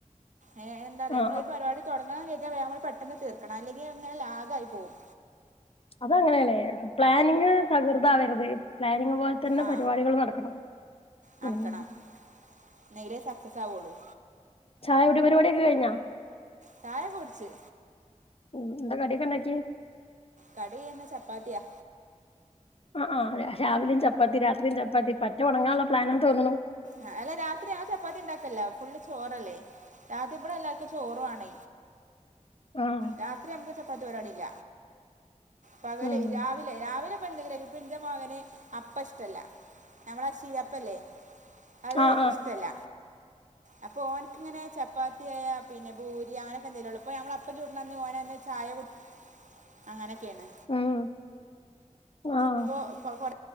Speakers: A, on the right; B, on the left.
A: ഏ എന്താറിയോ
B: ആഹ്
A: നമ്മള് ഒരു പരിപാടി തൊട്ങ്ങ <unintelligible> നമ്മൾ പെട്ടൊന്ന് തീർക്കണം അല്ലെങ്കിൽ അങ്ങനെ ലാഗായി പോകവും
B: അത് അങ്ങനേണ് പ്ലാനിങ് തക്ർതാവരുത് പ്ലാനിങ് പോലെ തന്നെ
A: ആ
B: പരിപാടികളും നടക്കണം
A: നടക്കണം
B: ഉം
A: നെങ്കിലെ സക്സസ് ആവുള്ളൂ
B: ചായ കുടി പരിപാടിഒക്കെ കഴിഞ്ഞോ
A: ചായക്കെ കുടിച്ചു
B: ഉം എന്താ കടിയൊക്കെ ഉണ്ടാക്കി
A: കടിയിന്ന് ചപ്പാത്തിയാ
B: ആ ആ രാ രാവിലെം ചപ്പാത്തി രാത്രിയും ചപ്പാത്തി പറ്റ ഒണങ്ങാള്ളെ പ്ലാനാന്ന് തോന്ന്ണു
A: ആ അല്ല രാത്രി ആ ചപ്പാത്തി ഉണ്ടാക്കല്ലോ ഫുള്ള് ചോറല്ലേ ഇവിടെ എല്ലാവർക്കും ചോറുണ
B: ആഹ്
A: രാത്രി നമു പത്ത് പരാടല്ല പകല
B: ഉം
A: രാവിലെ രാവിലെ ഇ എന്തെങ്കിലുംും ഇപ്പ എന്റെ മകനെ അപ്പ ഇഷ്ടല്ല നമ്മളീ അപ്പല്ലേ അത്
B: ആഹ് ആഹ്
A: ഇഷ്ടല്ല അപ്പൊ ഓൻ ഇങ്ങനെ ചപ്പാത്തിയ പിന്നെ ഭൂരി അങ്ങനൊക്കെ എന്തെലേ ഉള്ളൂ ഇപ്പോ ഞമ്മള അപ്പ ചൂടി അന്ന് ഓനന്ന് ചായ കുട്ടി അങ്ങനൊക്കെയാണ്
B: ഉം ആഹ്
A: ഇപ്പൊ കൊറ